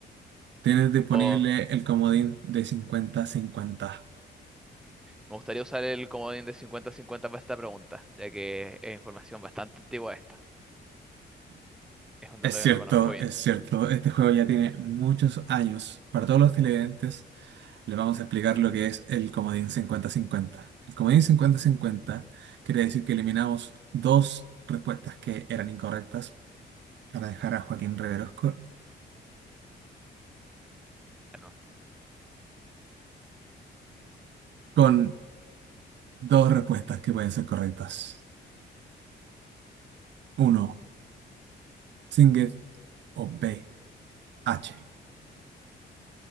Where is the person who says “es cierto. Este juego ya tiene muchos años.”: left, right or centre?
Right